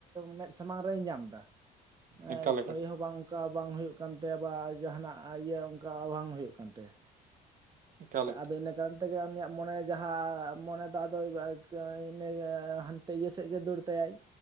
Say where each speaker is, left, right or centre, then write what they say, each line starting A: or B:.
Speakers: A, on the right; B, on the right.
A: ᱢᱮᱫ ᱥᱟᱢᱟᱝ ᱨᱮ ᱧᱟᱢ ᱫᱟ
B: <unintelligible>
A: ᱮ
B: ᱮᱠᱟᱞ
A: ᱠᱷᱚᱭ ᱦᱚᱸ ᱵᱟᱝ ᱚᱱᱠᱟ ᱵᱟᱝ ᱦᱩᱭᱩᱜ ᱠᱟᱱ ᱛᱟᱭᱟ ᱵᱟ ᱡᱟᱦᱟᱱᱟᱜ ᱤᱭᱟᱹ ᱚᱱᱠᱟ ᱵᱟᱝ ᱦᱩᱭᱩᱜ ᱠᱟᱱ ᱛᱟᱭᱟ
B: ᱮᱠᱟᱞ
A: ᱟᱫᱚ ᱤᱱᱟᱹ ᱠᱟᱱ ᱛᱮᱜᱮ ᱩᱱᱤᱭᱟᱜ ᱢᱚᱱᱮ ᱡᱟᱦᱟᱸ ᱢᱚᱱᱮ ᱫᱚ ᱟᱫᱚ <unintelligible> ᱦᱟᱱᱛᱮ ᱤᱭᱟᱹ ᱥᱮᱫ ᱜᱮᱭ ᱫᱟᱹᱲ ᱛᱟᱭᱟᱭ᱾